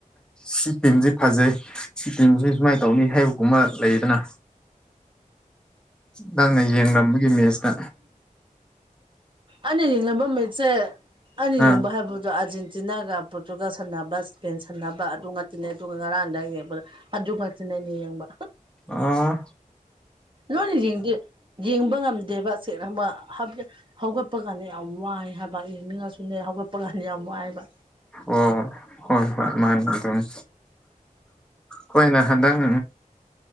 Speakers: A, in the centre; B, on the right.
A: ꯁꯤ ꯇꯤꯝꯁꯤ ꯐꯖꯩ ꯁꯤ ꯇꯤꯝꯁꯤ ꯁꯨꯃꯥꯏꯅ ꯇꯧꯅꯤ ꯍꯥꯏꯕꯒꯨꯝꯕ ꯂꯩꯗꯅ ꯅꯪꯅ ꯌꯦꯡ ꯂꯝꯕꯥꯒꯤ ꯃꯦꯁꯇ
B: ꯑꯅꯤ ꯌꯦꯡꯅꯕ ꯃꯤꯠꯁꯦ ꯑꯅꯤ
A: ꯑꯥ
B: ꯌꯦꯡꯕ ꯍꯥꯏꯕꯗꯣ ꯑꯥꯖꯦꯟꯇꯤꯅꯥꯒ ꯄꯣꯔꯇꯨꯒꯜ ꯁꯅꯥꯕꯁ ꯄꯦꯟꯁꯟꯅꯕ ꯑꯗꯨ ꯉꯥꯇꯅꯦ ꯑꯗꯨꯒ ꯉꯔꯥꯡꯗ ꯌꯦꯡꯕꯗ ꯑꯗꯨ ꯉꯥꯇꯅꯦ ꯃꯤ ꯌꯦꯡꯕ
A: ꯑꯥ
B: ꯂꯣꯏꯅ ꯌꯦꯡꯗꯦ ꯌꯦꯡꯕ ꯉꯝꯗꯦꯕ <unintelligible> ꯍꯧꯒꯞꯄꯒꯅꯦ ꯌꯥꯝ ꯋꯥꯏ ꯍꯥꯏꯕ ꯌꯦꯡꯅꯤꯡꯉꯁꯨꯅꯦ ꯍꯧꯒꯞꯄꯒꯥꯟ ꯌꯥꯝ ꯋꯥꯏꯑꯕ
A: ꯑꯣ ꯍꯣꯏ ꯍꯣꯏ ꯃꯥꯅꯤ ꯑꯗꯨꯅꯤ ꯈꯣꯏꯅ ꯍꯟꯗꯪ